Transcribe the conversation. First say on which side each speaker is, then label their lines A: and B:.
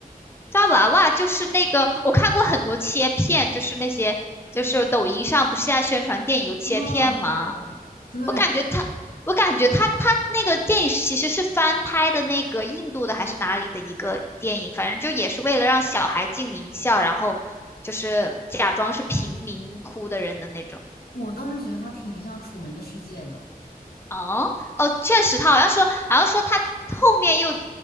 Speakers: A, on the left (about 15°); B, on the left (about 80°).
A: 抓娃娃就是那个，我看过很多切片，就是那些就是抖音上不是现在宣传电影有切片吗？
B: 嗯，对，对，
A: 我感觉他，我感觉他他那个电影其实是翻拍的那个印度的还是哪里的一个电影，反正就也是为了让小孩进名校，然后就是假装是贫民窟的人的那种。
B: 我倒是觉得他挺像《楚门的世界》的。
A: 哦哦，确实，他好像说，好像说他后面又